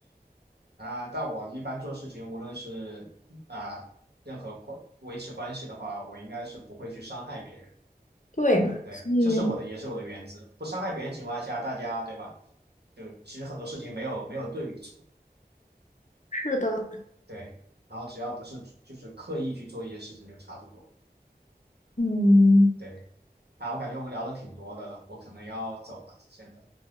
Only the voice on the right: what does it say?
啊。但我一般做事情，无论是啊任何关维持关系的话，我应该是不会去伤害别人。
对，
这是我的，也是我的原则。不伤害别人情况下，大家对吧？就其实很多事情没有没有对与错，
对。然后只要不是就是刻意去做一些事情，就差不多。
对，啊，我感觉我们聊的挺多的了，我可能要走了，现在。